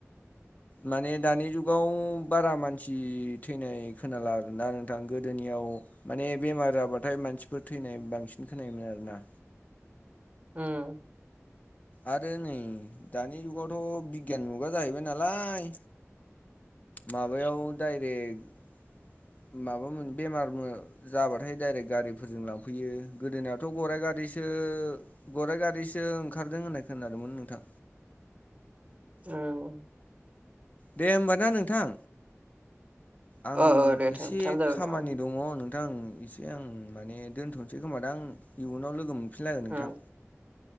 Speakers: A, on the left; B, on the right.
A: माने दानि जुगाव बारा मानसि थैनाय खोनाला आरोना नोंथां गोदोनियाव माने बेमार जाबाथाय मानसिफोर थैनाय बांसिन खोनायोमोन आरोना।
B: ओम।
A: आरो नै दानि जुगावथ' बिगियान मुगा जाहैबाय नालाय माबायाव डाइरेक्ट माबामोन बेमारफोर जाबाथाय डायरेक्ट गारिफोरजों लांफैयो गोदोनायावथ' गराइ गा गारिसो गराइ गारिसो ओंखारदों होननाय खोनादोंमोन नोंथां।
B: ओं।
A: दे होमबा ना नोंथां आं
B: ओ दे
A: एसे
B: टाइम टाइम जाबाय
A: खामानि दङ नों थां एसे आं माने दोनथ'नोसै खोमा दा आं इयुनाव लोगो मोन फिनलायगोन नोंथां
B: ओ